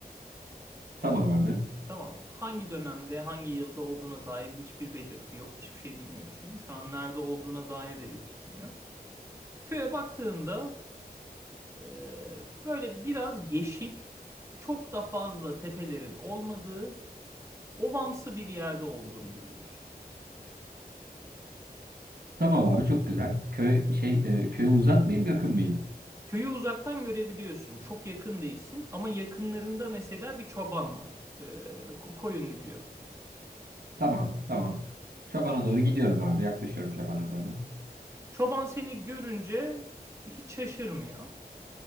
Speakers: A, on the right; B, on the right.
A: Tamam abi.
B: Tamam. mı? Hangi dönemde, hangi yılda olduğuna dair hiçbir belirti yok. Hiçbir şey bilmiyorsun. Şu an nerede olduğuna dair de bir fikrin yok. Köye baktığında e, böyle biraz yeşil, çok da fazla tepelerin olmadığı, ovamsı bir yerde olduğunu görüyorsun.
A: Tamam abi çok güzel. Köy şey e, köye uzak mıyım yakın mıyım?
B: Köyü uzaktan görebiliyorsun. Çok yakın değilsin ama yakınlarında mesela bir çoban var. Ee, ko- koyun gidiyor.
A: Tamam tamam. Çobana doğru gidiyorum abi. Yaklaşıyorum çobana doğru.
B: Çoban seni görünce hiç şaşırmıyor.